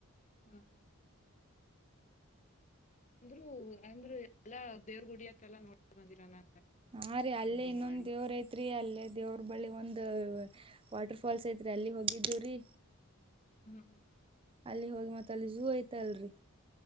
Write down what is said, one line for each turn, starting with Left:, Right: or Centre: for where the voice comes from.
Left: ಹಾ ಹಾ ಅಂದ್ರರು ಅಂದ್ರ ಎಲ್ಲಾ ದೇವ್ರ ಗುಡಿ ಅತ್ತೆಲ್ಲಾ ನೋಡ್ ಬಂದಿರ ನ
Right: ಹಾ ರೀ ಅಲ್ಲೇ
Left: ಹೋಗಿ
Right: ಇನ್ನೊಂದ್
Left: ಮಾಡಿ
Right: ದೇವ್ರ ಐತ್ರಿ ಅಲ್ಲೇ ದೇವ್ರ ಬಳಿ ಒಂದ ವಾಟರ್ ಫಾಲ್ಸ್ ಐತ್ರಿ ಅಲ್ಲಿ ಹೋಗಿದ್ದೇವ್ರಿ
Left: ಹ್ಮ್ ಹ್ಮ್ ಹ್ಮ್
Right: ಅಲ್ಲಿ ಹೋಗಿ ಮತ್ತ ಅಲ್ಲಿ ಝೂ ಐತ ಅಲ್ರಿ